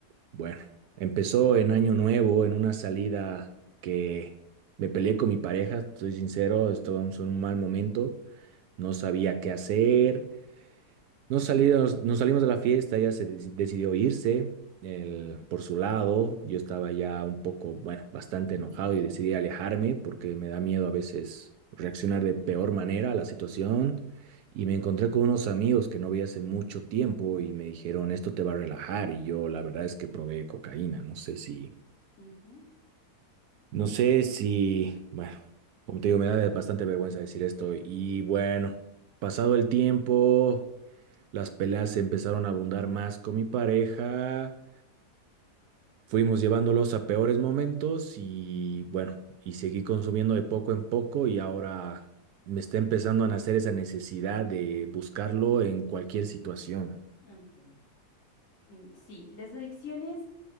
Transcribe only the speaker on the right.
bueno, empezó en Año Nuevo, en una salida que me peleé con mi pareja, soy sincero, estábamos en un mal momento, no sabía qué hacer, nos salimos, nos salimos de la fiesta, ella se deci- decidió irse él, por su lado. Yo estaba ya un poco, bueno, bastante enojado y decidí alejarme porque me da miedo a veces reaccionar de peor manera a la situación. Y me encontré con unos amigos que no vi hace mucho tiempo y me dijeron, esto te va a relajar. Y yo la verdad es que probé cocaína. No sé si,
no sé si, bueno, como te digo, me da bastante vergüenza decir esto. Y bueno, pasado el tiempo... Las peleas empezaron a abundar más con mi pareja, fuimos llevándolos a peores momentos y bueno, y seguí consumiendo de poco en poco y ahora me está empezando a nacer esa necesidad de buscarlo en cualquier situación.